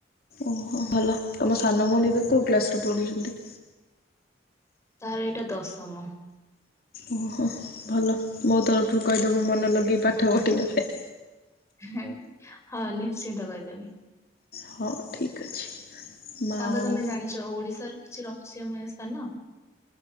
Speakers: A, on the left; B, on the left.
A: ଓହୋ ଭଲ ତମ ସାନ ଭଉଣୀ ଏବେ କୋଉ କ୍ଲାସ ରେ ପଢୁଛନ୍ତି?
B: ତାର ଏଇଟା ଦଶମ।
A: ଓହୋ ଭଲ ମୋ ତରଫରୁ କହିଦବ ମନ ଲଗେଇ ପାଠ ପଢ଼ିବା ପାଇଁ।
B: ହଁ ନିଶ୍ଚିନ୍ତ କହିଦେବି।
A: ହଁ ଠିକ୍ ଅଛି ମା
B: ସାଙ୍ଗ
A: ଆଉ
B: ତମେ ଜାଣିଛ ଓଡିଶାର କିଛି ରହସ୍ୟମୟ ସ୍ଥାନ।